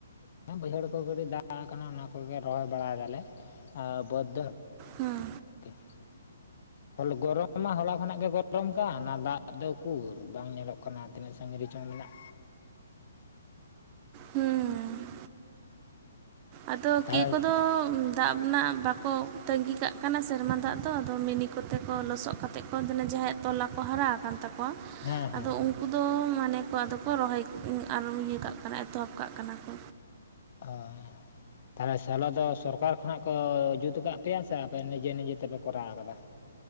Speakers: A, on the left (about 45°); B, on the right (about 30°).
A: ᱵᱟᱹᱭᱦᱟᱹᱲ ᱠᱚ ᱠᱟᱹᱴᱤᱡ ᱫᱟᱜ ᱠᱟᱱᱟ ᱚᱱᱟ ᱠᱚᱜᱮ ᱨᱚᱦᱚᱭ ᱵᱟᱲᱟᱭ ᱫᱟᱞᱮ ᱟᱨ ᱵᱟᱹᱫ ᱫᱚ
B: ᱦᱮᱸ
A: <unintelligible> ᱦᱚᱞ ᱜᱚᱨᱚᱢ ᱢᱟ ᱦᱚᱞᱟ ᱠᱷᱚᱱᱟᱜ ᱜᱮ ᱜᱚᱨᱚᱢ ᱠᱟᱱ ᱟᱨ ᱫᱟᱜ ᱫᱚ ᱩᱠᱩᱨ ᱵᱟᱝ ᱧᱮᱞᱚᱜ ᱠᱟᱱᱟ ᱛᱤᱱᱟᱹᱜ ᱥᱟᱺᱜᱤᱧ ᱨᱮᱪᱚᱝ ᱢᱮᱱᱟᱜ
B: ᱦᱩᱸ ᱟᱫᱚ
A: ᱛᱟᱦᱚᱞᱮ
B: ᱠᱮ ᱠᱚᱫᱚ ᱫᱟᱜ ᱵᱱᱟᱜ ᱵᱟᱠᱚ ᱛᱟᱺᱜᱤ ᱠᱟᱜ ᱠᱟᱱᱟ ᱥᱮᱨᱢᱟ ᱫᱟᱜ ᱫᱚ ᱟᱫᱚ ᱢᱤᱱᱤ ᱠᱚᱛᱮ ᱠᱚ ᱞᱚᱥᱚᱫ ᱠᱟᱛᱮ ᱠᱚ ᱡᱟᱦᱟᱸᱭ ᱛᱚᱞᱟ ᱠᱚ ᱦᱟᱨᱟ ᱟᱠᱟᱱ ᱛᱟᱠᱚᱣᱟ
A: ᱦᱮᱸ ᱦᱮᱸ
B: ᱟᱫᱚ ᱩᱝᱠᱩ ᱫᱚ ᱢᱟᱱᱮ ᱠᱚ ᱟᱫᱚ ᱠᱚ ᱨᱚᱦᱚᱭ ᱤᱭᱟᱹ ᱠᱟᱜ ᱠᱟᱱᱟ ᱮᱛᱚᱦᱚᱵ ᱠᱟᱜ ᱠᱟᱱᱟ ᱠᱚ᱾
A: ᱚ ᱛᱟᱦᱞᱮ ᱥᱮᱞᱚ ᱫᱚ ᱥᱚᱨᱠᱟᱨ ᱠᱷᱚᱱᱟᱜ ᱠᱚ ᱡᱩᱛ ᱟᱠᱟᱫ ᱯᱮᱭᱟ ᱥᱮ ᱟᱯᱮ ᱱᱤᱡᱮ ᱱᱤᱡᱮ ᱛᱮᱯᱮ ᱠᱚᱨᱟᱣ ᱠᱟᱫᱟ?